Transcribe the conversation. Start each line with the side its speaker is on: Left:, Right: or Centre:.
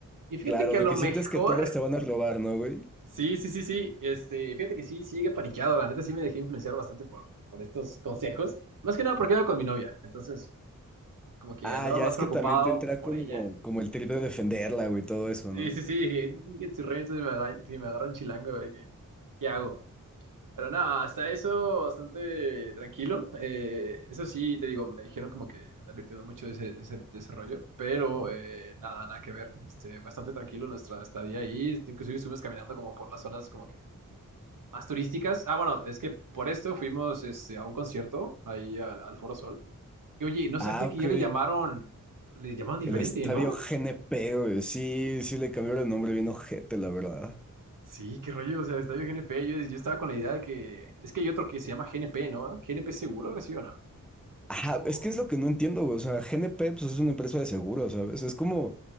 Right: Y fíjate
Centre: Claro,
Right: que
Centre: de
Right: a lo
Centre: que
Right: mejor.
Centre: sientes que todos te van a robar, ¿no, güey?
Right: Sí, sí, sí, sí. Este, fíjate que sí, sí llegué paniqueado. La neta sí me dejé influenciar bastante por, por estos consejos. Más que nada porque iba con mi novia. Entonces, como que
Centre: Ah,
Right: andaba
Centre: ya
Right: más
Centre: es
Right: preocupado
Centre: que también te entra
Right: por
Centre: como,
Right: ella.
Centre: como el trip de defenderla, güey, todo eso,
Right: Sí,
Centre: ¿no?
Right: sí, sí. Dije, "Mm, que si realmente me agarra, si me agarra un chilango, a ver qué, qué hago. Pero nada, hasta eso bastante tranquilo. Eh, eso sí, te digo, me dijeron como que me advirtieron mucho de ese, de ese, de ese rollo. Pero eh, nada, nada que ver. Este, bastante tranquilo nuestra estadía ahí. Este, Inclusive estuvimos caminando como por las zonas como que Más turísticas. Ah, bueno, es que por esto fuimos este, a un concierto ahí al, al Foro Sol. Que oye, no sabía
Centre: Ah, ok.
Right: que ya le llamaron, le llamaron diferente,
Centre: El estadio
Right: ¿no?
Centre: GNP, güey, sí, sí le cambiaron el nombre bien ojete, la verdad.
Right: Sí, qué rollo, o sea, Estadio GNP. Yo, yo estaba con la idea de que es que hay otro que se llama GNP, ¿no? GNP seguro, ¿sí o no?
Centre: Ajá,
Right: O-
Centre: es que es lo que no entiendo, güey. O sea, GNP pues, es una empresa de seguros, ¿sabes? Es como,